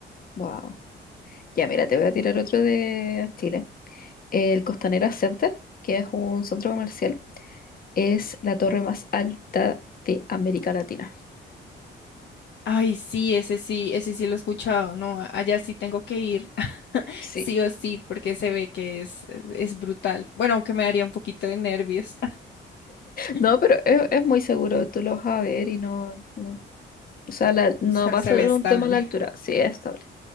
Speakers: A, on the left; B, on the left.
A: wow. Ya, mira, te voy a tirar otro de Chile. El Costanera Center, que es un centro comercial, es la torre más alta de América Latina.
B: Ay, sí, ese sí, ese sí lo he escuchado, no, a- allá sí tengo que ir, <laughs>
A: Sí.
B: sí o sí, porque se ve que es, es brutal. Bueno, aunque me daría un poquito de nervios, <laughs>
A: No, pero es, es muy seguro, tú lo vas a ver y no, no- o sea, la- no
B: o sea,
A: va
B: se
A: a ser
B: ve estable.
A: un tema a la altura, sí es estable.